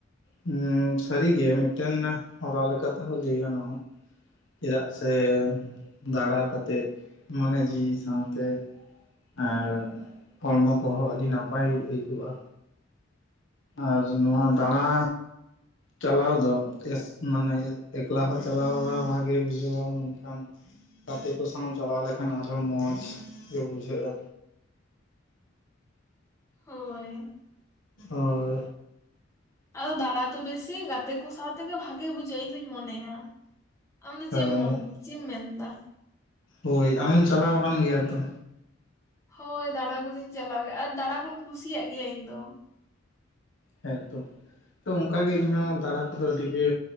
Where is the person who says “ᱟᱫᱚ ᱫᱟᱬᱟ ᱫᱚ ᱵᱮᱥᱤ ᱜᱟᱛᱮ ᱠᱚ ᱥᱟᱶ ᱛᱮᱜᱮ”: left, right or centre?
Left